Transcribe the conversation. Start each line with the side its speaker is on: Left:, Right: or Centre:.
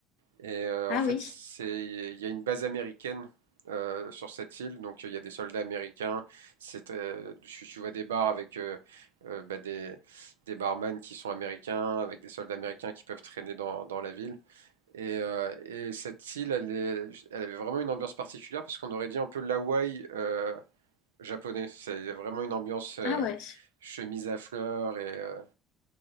Right: Et euh,
Left: ah
Right: en fait,
Left: oui,
Right: c'est, il y a une base américaine euh, sur cette île, donc il y a des soldats américains. C'est, euh, tu, tu vois des bars avec euh, euh, bah, des, des barman qui sont américains, avec des soldats américains qui peuvent traîner dans, dans la ville. Et, euh, et cette île, elle est- elle avait vraiment une ambiance particulière parce qu'on aurait dit un peu l'Hawaï euh, japonais. C'est il y a vraiment une ambiance euh,
Left: ah ouais,
Right: chemise à fleurs et euh,